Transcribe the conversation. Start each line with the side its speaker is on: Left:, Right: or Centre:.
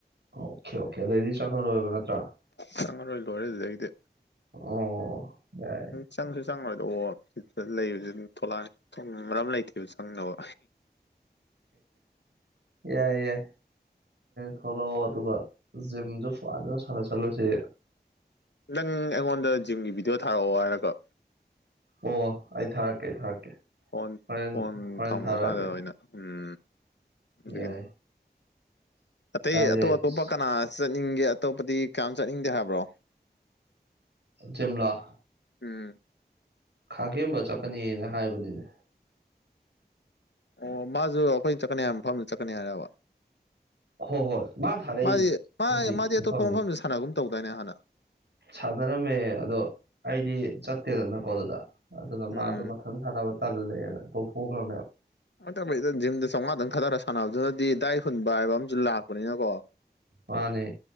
Right: ꯑꯣꯀꯦ ꯑꯣꯀꯦ ꯑꯗꯨꯗꯩꯗꯤ ꯆꯠꯂꯔꫭꯏꯕ ꯅꯠꯇ꯭ꯔꯥ
Left: ꯆꯪꯉꯔꯣꯏ ꯂꯣꯏꯔꯦ ꯑꯗꯨꯗꯒꯤꯗꯤ
Right: ꯑꯣ ꯌꯥꯏ
Left: ꯆꯪꯁꯨ ꯆꯪꯉꯣꯏꯗꯑꯣ <unintelligible> ꯁꯤꯗ ꯂꯩꯕꯁꯤ ꯑꯗꯨꯝ ꯊꯣꯛꯂꯛꯑꯅꯤ ꯊ <unintelligible> ꯃꯔꯝꯂꯩꯇ‌ꯦꯕ ꯆꯪꯅꯕ
Right: ꯑꯦꯏ ꯌꯥꯏ ꯊꯂ ꯍꯥ ꯇꯀ <unintelligible> ꯖꯤꯝꯖꯨ ꯐꯖꯅꯥ ꯁꯅꯥ ꯁꯜꯂꯨꯁꯦ
Left: ꯅꯪ ꯑꯩꯉꯣꯟꯗ ꯖꯤꯝꯒꯤ ꯚꯤꯗꯤꯑꯣ ꯊꯥꯔꯛꯑꯣ ꯍꯥꯏꯔꯒꯥ
Right: ꯑꯣ ꯑꯩ ꯊꯥꯔꯛꯀꯦ ꯑꯩ ꯊꯥꯔꯛꯀꯦ
Left: ꯐꯣꯟ
Right: ꯍꯣꯔꯦꯟ
Left: ꯐꯣꯟ
Right: ꯍꯣꯔꯦꯟ
Left: ꯊꯝꯈꯔꯀꯥꯟꯗ
Right: ꯊꯥꯔꯛꯑꯒꯦ
Left: ꯑꯣꯏꯅ ꯎꯝ
Right: ꯌꯥꯏ
Left: ꯑꯇꯩ
Right: ꯀꯥꯏꯗꯩ
Left: ꯑꯇꯣꯞ ꯑꯇꯣꯞꯄ
Right: ꯑꯁ
Left: ꯀꯟꯅ ꯆꯠꯅꯤꯡꯒꯦ ꯑꯇꯣꯞꯄꯗꯤ ꯀꯅꯥꯝ ꯆꯠꯅꯤꯡꯗꯦ ꯍꯥꯏꯕ꯭ꯔꯣ
Right: ꯖꯤꯝꯂꫭ
Left: ꯎꯝ
Right: ꯈꯥꯒꯦꯝꯕ ꯆꯠꯀꯅꯤꯅ ꯍꯥꯏꯕꯅꯤꯅꯦ
Left: ꯑꯣ ꯃꯥꯁꯨ ꯑꯩꯈꯣꯏꯅ ꯆꯠꯀꯅꯤ ꯍꯥꯏꯕ ꯃꯐꯝꯗꯨ ꯆꯠꯀꯅꯤ ꯍꯥꯏꯔꯕ
Right: ꯍꯣꯏ ꯍꯣꯏ ꯃꯥꯅ ꯊꯥꯔꯛꯏꯅꯦ
Left: ꯃꯥꯗꯤ ꯃꯥ
Right: ꯍꯧꯖꯤꯛꯀꯤ
Left: ꯃꯥꯗꯤ
Right: ꯃꯐꯝꯗ
Left: ꯑꯇꯣꯞꯄ ꯃꯐꯝꯁꯤ ꯁꯥꯟꯅꯒꯨꯝ ꯇꯧꯗꯏꯅꯦ ꯍꯥꯟꯅ
Right: ꯁꯥꯟꯅꯔꯝꯃꯦ ꯑꯗꯣ ꯑꯩꯗꯤ ꯆꯠꯇꯦꯗꯅꯀꯣ ꯑꯗꯨꯗ ꯑꯗꯨꯅ
Left: ꯎꯝ
Right: ꯃꯥꯗꯣ ꯃꯊꯪ ꯁꯥꯟꯅꯕ ꯇꯜꯂꯦꯅ ꯇꯧꯊꯣꯛꯈ꯭ꯔꯕꯅꯦꯕ
Left: ꯑꯗ <unintelligible> ꯖꯤꯝꯗ ꯆꯥꯝꯃꯉꯥꯗꯪ ꯈꯊꯔ ꯁꯥꯟꯅꯕꯗꯨꯅꯗꯤ ꯗꯥꯏ ꯍꯨꯟꯕ ꯍꯥꯏꯕ ꯑꯃꯁꯨ ꯂꯥꯛꯄ ꯄꯨꯅꯤꯅ ꯀꯣ
Right: ꯃꯥꯅꯦ